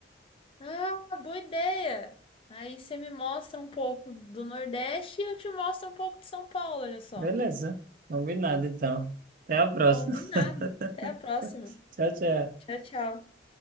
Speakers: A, on the left; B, on the right.
A: Ah, boa ideia! Aí você me mostra um pouco do Nordeste e eu te mostro um pouco de São Paulo, olha só.
B: Beleza, combinado então. Até a próxima.
A: Combinado.
B: <laughs>
A: Até a próxima.
B: Tchau, tchau.
A: Tchau, tchau.